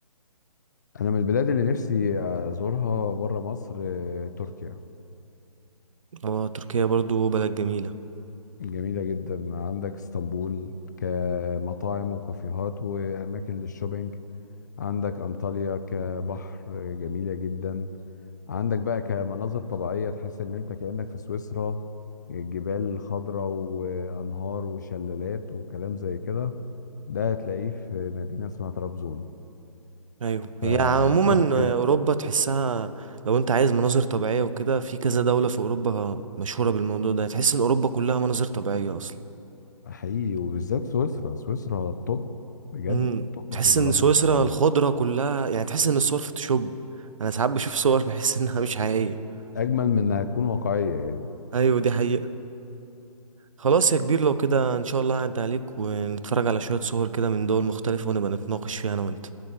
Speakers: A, on the left; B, on the right.
A: انا من البلاد اللي نفسي ازورها بره مصر آه، تركيا
B: اه تركيا برضو بلد جميلة
A: جميلة جدا عندك اسطنبول كمطاعم وكافيهات واماكن للشوبينج عندك انطاليا كبحر جميلة جدا عندك بقى كمناظر طبيعية تحس ان انت كأنك في سويسرا الجبال خضراء وانهار وشلالات وكلام زي كده ده هتلاقيه في مدينة اسمها طرابزون
B: ايوه
A: فتركيا
B: هي عموما اوروبا تحسها لو انت عايز مناظر طبيعية وكده في كذا دولة في اوروبا مشهورة بالموضوع ده تحس ان اوروبا كلها مناظر طبيعية اصلا
A: حقيقي وبالذات سويسرا سويسرا الطب بجد
B: امم
A: طب
B: تحس
A: في المناظر
B: ان سويسرا
A: الطبيعية
B: الخضرة كلها يعني تحس ان الصور فوتوشوب انا ساعات بشوف صور بحس انها مش حقيقية
A: اجمل من انها تكون واقعية يعني
B: ايوه دي حقيقة خلاص يا كبير لو كده ان شاء الله هعدي عليك ونتفرج على شوية صور كده من دول مختلفة ونبقى نتناقش فيها انا وانت